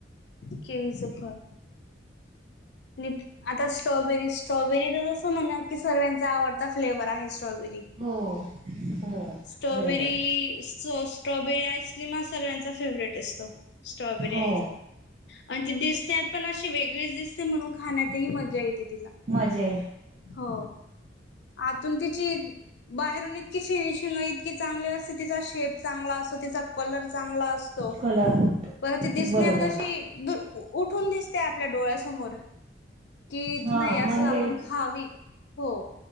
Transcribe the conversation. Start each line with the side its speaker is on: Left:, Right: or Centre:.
Left: केवी च फळ आणि आता स्ट्रॉबेरी स्ट्रॉबेरी तर जसं म्हण की सगळ्यांचा आवडता फ्लेवर आहे स्ट्रॉबेरी
Right: हो हो!
Left: स्ट्रॉबेरी
Right: बरोबर
Left: स स्ट्रॉबेरी आईस्क्रीम हा सगळ्यांचा फेवरवरेट असतो स्ट्रॉबेरी.
Right: हो
Left: म त दिसण्यात पण अशी वेगळीच दिसते म्हणून खाण्यात मजा येते <unintelligible>
Right: मजे
Left: हो आतून तिची बाहेरून इतकी फिनिशिंग की चांगली असते तिचा शेप चांगला असतो तिचा कलर चांगला असतो
Right: कलर
Left: पर त दिसणे
Right: बरोबर
Left: त अशी द उठून दिसते आपल्या डोळ्यासमोर कि
Right: हा
Left: नाही असं
Right: म्हणजे
Left: आपण खावी हो